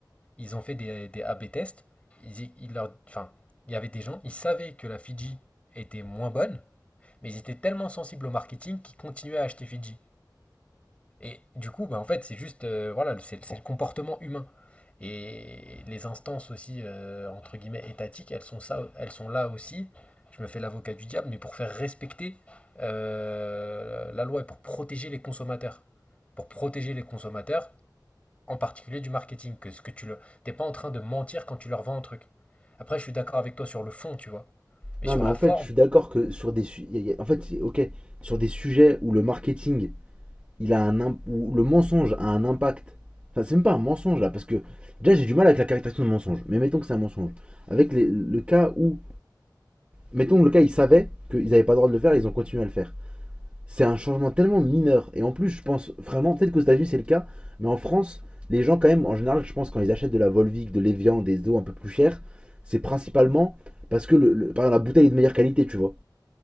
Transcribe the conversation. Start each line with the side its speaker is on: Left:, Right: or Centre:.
Left: ils ont fait des, des A/B tests. Ils, ils leur, enfin, il y avait des gens, ils savaient que la Fiji était moins bonne, mais ils étaient tellement sensibles au marketing qu'ils continuaient à acheter Fiji. Et du coup, bah, en fait, c'est juste, euh, voilà, c'est c'est le comportement humain. Et les instances aussi, euh, entre guillemets, étatiques, elles sont ça, elles sont là aussi. Je me fais l'avocat du diable, mais pour faire respecter euh, la loi et pour protéger les consommateurs. Pour protéger les consommateurs, en particulier du marketing, que ce que tu le, t'es pas en train de mentir quand tu leur vends un truc. Après, je suis d'accord avec toi sur le fond, tu vois. Mais
Right: Non,
Left: sur
Right: mais
Left: la
Right: en
Left: forme,
Right: fait, je suis d'accord que sur des su- y a- y a- en fait, ok, sur des sujets où le marketing, il a un imp- où le mensonge a un impact. Enfin, c'est même pas un mensonge là, parce que déjà j'ai du mal avec la caractérisation de mensonge. Mais mettons que c'est un mensonge. Avec les- le cas où Mettons le cas, ils savaient qu'ils n'avaient pas le droit de le faire, ils ont continué à le faire. C'est un changement tellement mineur. Et en plus, je pense vraiment, peut-être qu'aux États-Unis c'est le cas, mais en France, les gens, quand même, en général, je pense, quand ils achètent de la Volvic, de l'Evian, des eaux un peu plus chères, c'est principalement parce que le, le- par exemple, la bouteille est de meilleure qualité, tu vois.